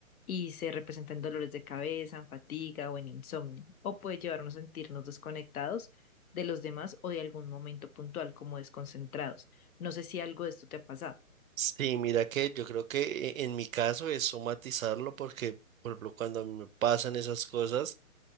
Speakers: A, on the left; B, on the right.
A: y se representa en dolores de cabeza, en fatiga o en insomnio o puede llevarnos a sentirnos desconectados de los demás o de algún momento puntual como desconcentrados. No sé si algo de esto te ha pasado,
B: Sí, mira que yo creo que e- en mi caso es somatizarlo porque, por ejemplo, cuando a mí me pasan esas cosas,